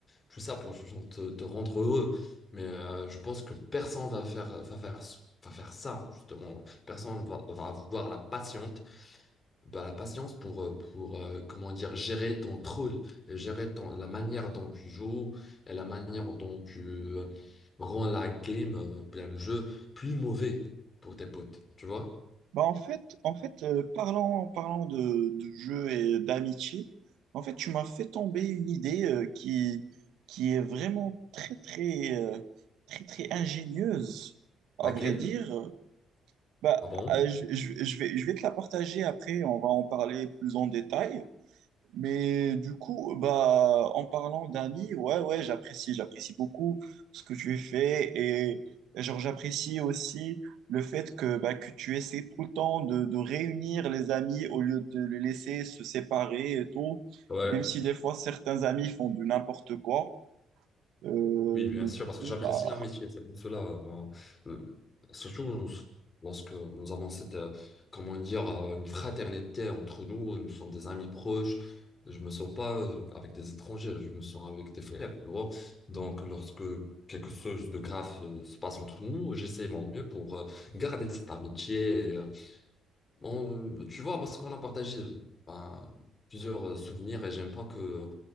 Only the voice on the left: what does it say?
tout ça pour genre, te, te rendre heureux. Mais euh, je pense que personne va faire va faire va faire ça justement. Personne va, va avoir la patience bah, la patience pour, euh, pour euh, comment dire, gérer ton troll, gérer ton, la manière dont tu joues et la manière dont tu euh, rends la game, euh, bien le jeu, plus mauvais pour tes potes, tu vois?
Laquelle?
Ah bon?
Ouais.
Oui, bien
sûr,
parce
que j'apprécie
leur métier, c'est pour cela. euh, moi. Euh, Surtout nous- lorsque nous avons cette, euh, comment dire, euh, une fraternité entre nous, nous sommes des amis proches. Je me sens pas euh, avec des étrangers, je me sens avec des frères, tu vois. Donc, lorsque quelque chose de grave euh, se passe entre nous, j'essaie mon mieux pour euh, garder cette amitié. et, euh, on- tu vois, parce qu'on a partagé ben, plusieurs euh, souvenirs et j'aime pas que